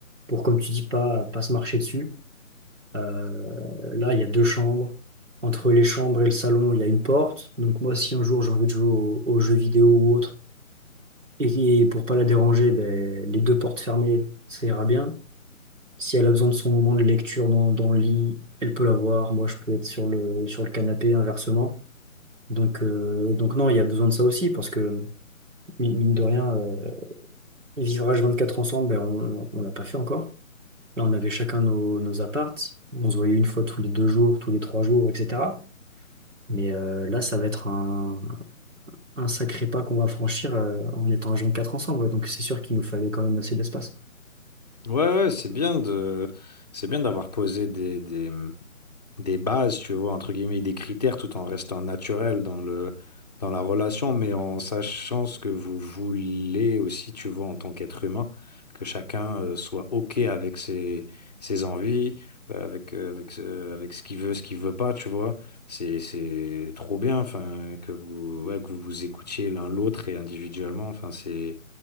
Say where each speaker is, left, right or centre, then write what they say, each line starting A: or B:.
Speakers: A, on the right; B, on the left.
A: pour, comme tu dis, pas, pas se marcher dessus Euh, là, il y a deux chambres. Entre les chambres et le salon, il y a une porte. Donc moi, si un jour j'ai envie de jouer au- aux, jeux vidéo ou autre, et, et pour pas la déranger, ben, les deux portes fermées, ça ira bien. Si elle a besoin de son moment de lecture dans, dans le lit, elle peut l'avoir. Moi, je peux être sur le, sur le canapé, inversement. Donc, euh, donc non, il y a besoin de ça aussi, parce que mine mine de rien, euh, vivre H24 ensemble, ben, on on l'a pas fait encore. Là, on avait chacun nos, nos apparts. On se voyait une fois tous les deux jours, tous les trois jours, etc. Mais euh, là, ça va être un, un sacré pas qu'on va franchir euh, en étant à jeune 4 ensemble. ouais. Donc c'est sûr qu'il nous fallait quand même assez d'espace.
B: Ouais, ouais, c'est bien de, c'est bien d'avoir posé des, des, des bases, tu vois, entre guillemets, des critères tout en restant naturel dans le, dans la relation, mais en sachant ce que vous voulez aussi, tu vois, en tant qu'être humain, que chacun euh, soit OK avec ses, ses envies, euh, avec, euh, avec, ce- avec ce qu'il veut, ce qu'il veut pas, tu vois. C'est, c'est trop bien, enfin, que vous, ouais, que vous vous écoutiez l'un l'autre et individuellement, enfin, c'est,